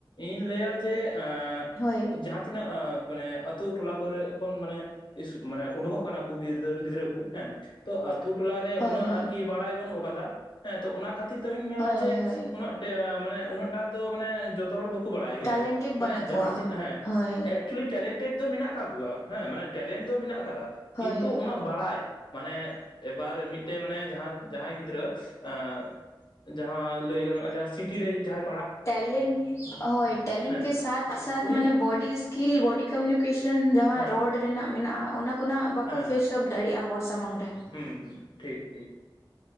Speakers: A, on the left (about 65°); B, on the left (about 35°).
A: ᱤᱧ ᱞᱟᱹᱭᱟ ᱡᱮ ᱮᱸ
B: ᱦᱳᱭ
A: ᱡᱟᱦᱟᱸ ᱛᱤᱱᱟᱹᱜ ᱢᱟᱱᱮ ᱟᱛᱳ ᱴᱚᱞᱟ ᱠᱚᱨᱮ ᱠᱷᱚᱱ ᱢᱟᱱᱮ ᱢᱟᱱᱮ ᱩᱰᱠᱚᱜ ᱠᱟᱱᱟ ᱜᱤᱫᱽᱨᱟᱹ ᱠᱚ ᱦᱮᱸ ᱛᱚ ᱟᱛᱳ ᱴᱚᱞᱟᱨᱮ
B: ᱦᱳᱭ
A: ᱩᱱᱟᱹᱜ
B: ᱦᱳᱭ
A: ᱟᱨᱠᱤ ᱵᱟᱲᱟᱭ ᱵᱟᱹᱱᱩᱜ ᱟᱠᱟᱫᱟ ᱦᱮᱸ ᱛᱚ ᱚᱱᱟ ᱠᱷᱟᱹᱛᱤᱨ ᱛᱮᱦᱩᱧ ᱢᱮᱱᱟ
B: ᱦᱳᱭ
A: ᱡᱮ
B: ᱦᱳᱭ
A: ᱩᱱᱟᱹᱜ ᱢᱟᱱᱮ ᱩᱱᱟᱹᱜ ᱴᱟ ᱫᱚ ᱢᱟᱱᱮ ᱡᱚᱛᱚ ᱦᱚᱲ ᱵᱟ ᱠᱚ ᱵᱟᱲᱟᱭ ᱜᱮᱭᱟ
B: ᱴᱮᱞᱮᱱᱴᱮᱰ
A: ᱢᱟᱱᱮ
B: ᱵᱟᱹᱱᱩᱜ
A: ᱡᱟᱦᱟᱸ
B: ᱠᱚᱣᱟ
A: ᱛᱤᱱᱟᱹᱜ ᱦᱮᱸ
B: ᱦᱳᱭ
A: ᱮᱠᱪᱩᱭᱮᱞᱤ ᱴᱮᱞᱮᱱᱴᱮᱰ ᱫᱚ ᱢᱮᱱᱟᱜ ᱠᱟᱜ ᱠᱚᱣᱟ ᱦᱮᱸ ᱢᱟᱱᱮ ᱴᱮᱞᱮᱱᱴ ᱫᱚ ᱢᱮᱱᱟᱜ ᱠᱟᱫᱟ ᱠᱤᱱᱛᱩ
B: ᱦᱳᱭ ᱦᱳᱭ
A: ᱩᱱᱟᱹᱜ ᱵᱟᱲᱟᱭ ᱢᱟᱱᱮ ᱮᱵᱟᱨ ᱢᱤᱫᱴᱮᱡ ᱢᱟᱱᱮ ᱡᱟᱦᱟᱸ ᱡᱟᱦᱟᱸᱭ ᱜᱤᱫᱽᱨᱟᱹ ᱮ ᱡᱟᱦᱟᱸ ᱞᱟᱹᱭ ᱜᱟᱱᱚᱜᱼᱟ ᱡᱟᱦᱟᱸ ᱥᱤᱴᱤ ᱨᱮ ᱡᱟᱦᱟᱸ
B: ᱴᱮᱞᱮᱱᱴ ᱦᱳᱭ ᱴᱮᱞᱮᱱᱴ
A: ᱦᱮᱸ
B: ᱠᱮ ᱥᱟᱛ ᱥᱟᱛ
A: ᱩᱱᱤ
B: ᱢᱟᱱᱮ ᱵᱚᱰᱤ ᱤᱥᱠᱤᱞ ᱵᱚᱰᱤ ᱠᱚᱢᱤᱠᱮᱥᱚᱱ ᱡᱟᱦᱟᱸ
A: ᱦᱮᱸ
B: ᱨᱚᱲ ᱨᱮᱱᱟᱜ ᱢᱮᱱᱟᱜᱼᱟ ᱚᱱᱟ ᱠᱚ ᱠᱳᱱᱟᱜ ᱵᱟᱠᱚ
A: ᱦᱮᱸ ᱦᱮᱸ
B: ᱯᱷᱮᱥ ᱟᱯ ᱫᱟᱲᱮᱭᱟᱜᱼᱟ ᱦᱚᱲ ᱥᱟᱢᱟᱝ ᱨᱮ
A: ᱦᱩᱸ ᱦᱩᱸ ᱴᱷᱤᱠ ᱴᱷᱤᱠ